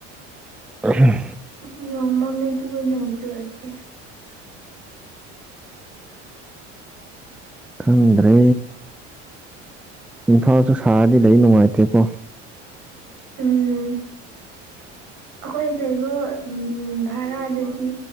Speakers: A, in the centre; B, on the right.
A: ꯑꯍꯨꯝ
B: ꯑꯈꯣꯏꯗꯤ ꯅꯣꯡ ꯃꯝꯃꯦ ꯗꯨꯕꯨ ꯅꯣꯡ ꯆꯨꯔꯛꯇꯦ
A: ꯈꯪꯗ꯭ꯔꯦ ꯏꯝꯐꯥꯜꯁꯨ ꯁꯥꯔꯗꯤ ꯂꯩ ꯅꯨꯡꯉꯥꯏꯇꯦ ꯀꯣ
B: ꯎꯝ ꯑꯈꯣꯏ ꯂꯩꯕ ꯚꯥꯔꯥꯗꯗꯤ